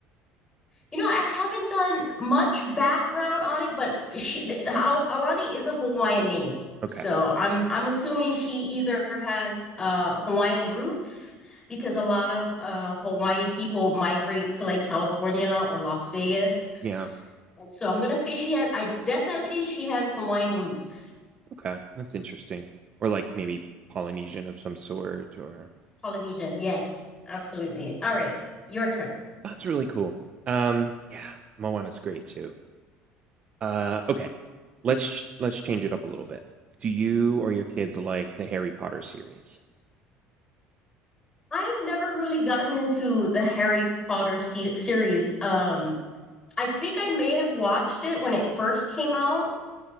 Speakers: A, on the left; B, on the right.
A: You know, I haven't done much background on it, but she Al Aulani is a Hawaiian name,
B: Okay.
A: so I'm I'm assuming she either has uh Hawaiian roots because a lot of uh Hawaii people migrate to like California or Las Vegas.
B: Yeah,
A: And so I'm gonna say she has, I definitely she has Hawaiian roots.
B: okay, that's interesting. Or, like, maybe Polynesian of some sort or
A: Polynesian. Yes, absolutely. All right, your turn.
B: that's really cool. Um, yeah, Moana's great too. Uh, okay, let's ch let's change it up a little bit. Do you or your kids like the Harry Potter series?
A: I've never really gotten into the Harry Potter se- series. Um, I think I may have watched it when it first came out.